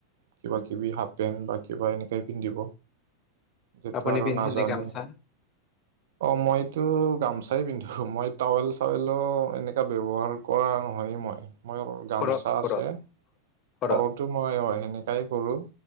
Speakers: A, on the right; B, on the left.
A: কিবা কিবি হাফ পেণ্ট বা কিবা কিবি এনেকেই পিন্ধিব। সেইটো
B: আপুনি
A: আৰু
B: পিন্ধেনে
A: নাজানে।
B: গামচা
A: অ মইতো গামচাই পিন্ধো মই টাৱেল চাৱেলো এনেকা ব্যৱহাৰ! কৰা নহয়েই মই। মোৰ গামচা
B: ঘৰত ঘৰত
A: আছে ঘৰতো
B: ঘৰত
A: মই অ সেনেকাই কৰোঁ।